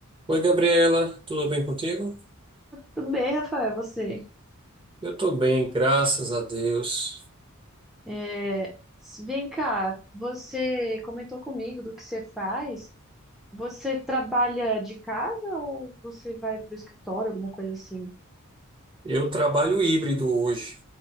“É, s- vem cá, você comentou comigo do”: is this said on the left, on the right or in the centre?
Centre